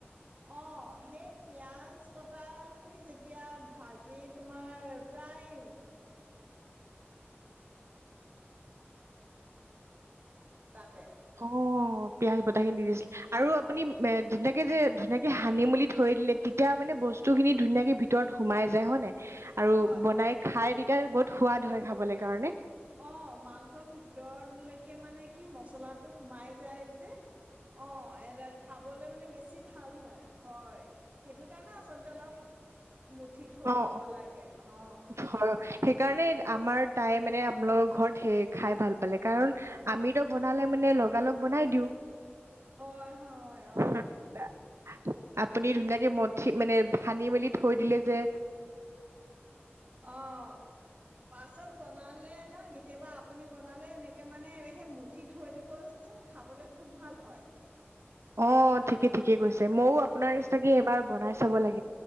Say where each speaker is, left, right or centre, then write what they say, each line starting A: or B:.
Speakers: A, on the right (about 35°); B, on the right (about 90°).
A: অ সেই পিয়াজ কটা খিনি যেতিয়া ভাজি তোমাৰ প্ৰায় উ-
B: অ পিয়াজ বতাহ খিনি দিছিলে আৰু
A: হয়,
B: আপুনি যে ধুনীয়াকে সানি মেলি থৈ দিলে তেতিয়া মানে বস্তু খিনি ধুনীয়াকে ভিতৰত সোমাই যায় হয় নাই? আৰু
A: হয়,
B: বনাই
A: হয়।
B: খাই তেতিয়া বহুত সোৱাদ হয় খাবলে কাৰণে
A: অ মাংসৰ ভিতৰলৈকে মানে কি মচলাটো সোমাই যায় যে অ এৰা খাবলৈ মানে বেছি ভাল হয় হয় সেইটো কাৰণে আচলতে অলপ মুঠি থৈ
B: অ
A: দিব লাগে অ
B: হয় সেইকাৰণে আমাৰ তাই মানে আপোনালোকৰ ঘৰত সেই খাই ভাল পালে, কাৰণ আমিতো বনালে মানে লগালগ বনাই দিও
A: হয় হয় অ
B: ফু <unintelligible> আপুনি ধুনীয়াকে মঠি মানে সানি মেলি থৈ দিলে যে।
A: অ', পাছত বনালে ন, কেতিয়াবা আপুনি বনালে এনেকে মানে সেই মঠি থৈ দিবচোন খাবলৈ খু- খুব ভাল হয়।
B: অ' ঠিকে ঠিক থিকে কৈছে, মও আপোনাৰ
A: অ
B: নিচিনাকে এইবাৰ বনাই চাব লাগি-